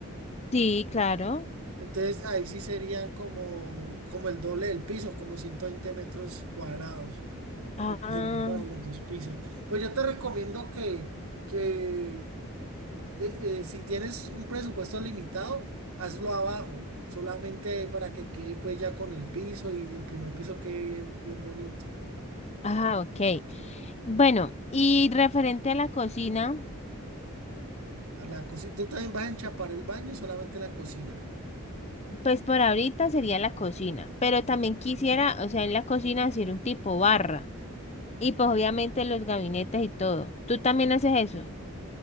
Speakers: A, on the left; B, on the right.
A: Sí, claro.
B: Entonces ahí sí serían como, como el doble del piso, como 120 metros cuadrados,
A: Ah.
B: porque serían para los dos pisos. Pues yo te recomiendo que que de- eh, si tienes un presupuesto limitado, hazlo abajo, solamente para que quede pues ya con el piso y el primer piso quede bien, bien bonito.
A: Ah, ok. Bueno, y referente a la cocina,
B: A la cocina. Tú también vas a enchapar el baño, solamente la cocina.
A: pues por ahorita sería la cocina, pero también quisiera, o sea, en la cocina hacer un tipo barra y pues obviamente los gabinetes y todo. ¿Tú también haces eso?